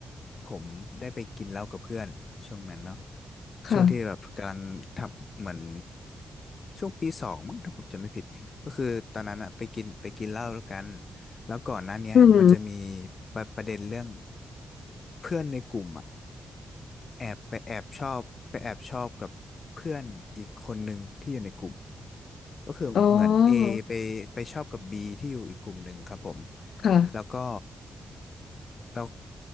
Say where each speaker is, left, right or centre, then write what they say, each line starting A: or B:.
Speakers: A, on the left; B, on the left.
A: ผมได้ไปกินเหล้ากับเพื่อนช่วงนั้นเนาะ
B: ค่ะ
A: ช่วงที่แบบกำลังทำเหมือนช่วงปีสองมั้งถ้าผมจำไม่ผิดก็คือตอนนั้นอะไปกินไปกินเหล้าแล้วกันแล้วก่อนหน้าเนี้ยมันจะมี
B: อืม
A: ประประเด็นเรื่องเพื่อนในกลุ่มอะแอบไปแอบชอบไปแอบชอบกับเพื่อนอีกคนหนึ่งที่อยู่ในกลุ่มก็คือเหมือน
B: อ๋อ
A: A ไปไปชอบกับ B ที่อยู่อีกกลุ่มหนึ่งครับผม
B: ค่ะ
A: แล้วก็ แล้ว